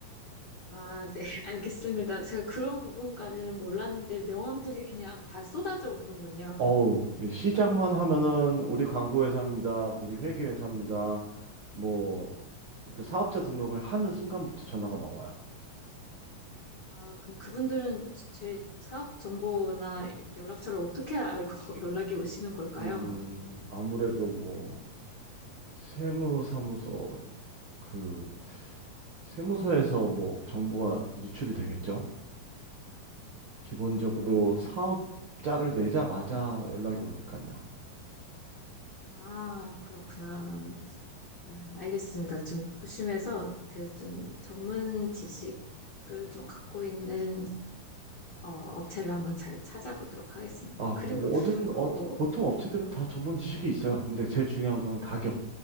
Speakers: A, on the left; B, on the right.
A: 아, 네, <laughs> 알겠습니다. 제가 그런 부분까지는 몰랐는데 명함들이 그냥 다 쏟아져 오는군요.
B: 어우, 이 시작만 하면은 우리 광고회사입니다. 우리 회계회사입니다. 뭐, 그 사업자 등록을 하는 순간부터 전화가 막 와요.
A: 아, 그럼 그분들은 제 사업 정보나 연락처를 어떻게 알고 <laughs> 연락이 오시는 걸까요?
B: 음, 아무래도 뭐, 세무사무소, 그, 세무서에서 뭐, 정보가 누출이 되겠죠? 기본적으로
A: 음,
B: 사업자를 내자마자 연락이 오니까요.
A: 아, 그렇구나. 아, 알겠습니다. 좀 조심해서 그 좀 전문 지식을 좀 갖고 있는 어, 업체를 한번 잘 찾아보도록 하겠습니다.
B: 아,
A: 그리고
B: 모든
A: 어,
B: 어, 보통 업체들은 다 전문 지식이 있어요. 근데 제일 중요한 거는 가격.